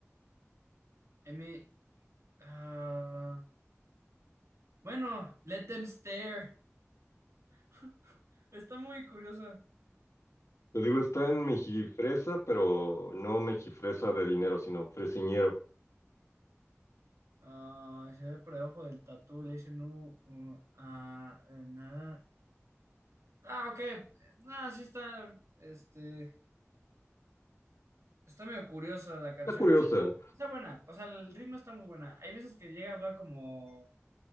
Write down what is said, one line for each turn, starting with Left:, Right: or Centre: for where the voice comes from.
Right: I mean, ah, bueno, let them stare. <laughs> Está muy curiosa.
Left: Te digo, está en mejifresa, pero no mejifresa de dinero, sino fresiñero.
Right: Ah, se ve por debajo del tatu le dicen no, uh, ah, eh, nada. Ah, ok. Ah, sí está, este, está medio curiosa la canción.
Left: Está curiosa.
Right: Está buena, o sea, el ritmo está muy buena. Hay veces que llega a hablar como,